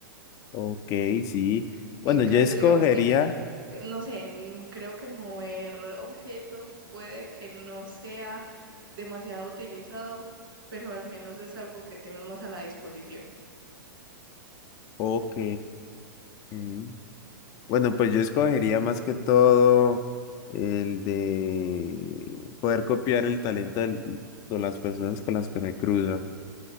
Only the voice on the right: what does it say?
En cambio,
digamos que, no sé, en- creo que mover objetos puede que no sea demasiado utilizado, pero al menos es algo que tienes más a la disposición.